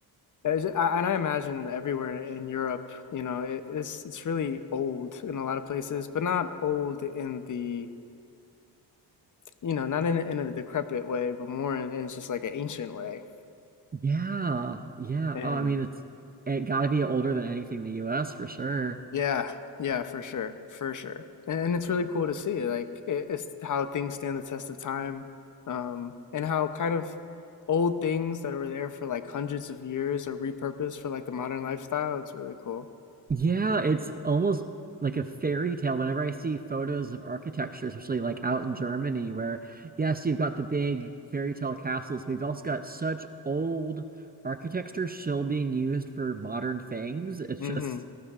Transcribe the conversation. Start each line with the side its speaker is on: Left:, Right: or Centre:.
Left: As- I- And I imagine everywhere in Europe, you know, it, it's it's really old in a lot of places, but not old in the, you know, not in in a decrepit way, but more in, in just like an ancient way.
Right: Yeah, yeah.
Left: And
Right: Oh, I mean, it's it got to be older than anything in the U.S. for sure.
Left: yeah, yeah, for sure, for sure. And, and it's really cool to see, like it, it's how things stand the test of time, um, and how kind of old things that were there for like hundreds of years are repurposed for like the modern lifestyle. It's really cool.
Right: Yeah, it's almost like a fairy tale whenever I see photos of architecture, especially like out in Germany, where yes, you've got the big fairy tale castles, but you've also got such old architecture still being used for modern things. It's
Left: hmm
Right: just